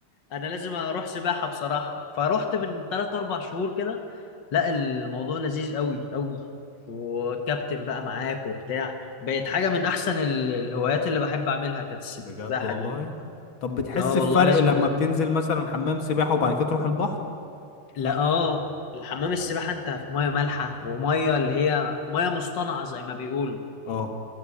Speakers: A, on the left (about 85°); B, on the left (about 50°).
A: انا لازم اروح سباحه بصراحه فروحت من 3 4 شهور كده لا الموضوع لذيذ قوي قوي وكابتن بقى معاك وبتاع بقت حاجه من احسن ال- الهوايات اللي بحب اعملها كانت السباحه
B: بجد والله
A: دي
B: طب بتحس
A: اه
B: بفرق
A: والله لازم
B: لما بتنزل مثلا حمام سباحة وبعد كده تروح البحر
A: لا اه الحمام السباحه انت في ميه مالحه وميه اللي هي ميه مصطنعه زي ما بيقولوا
B: اه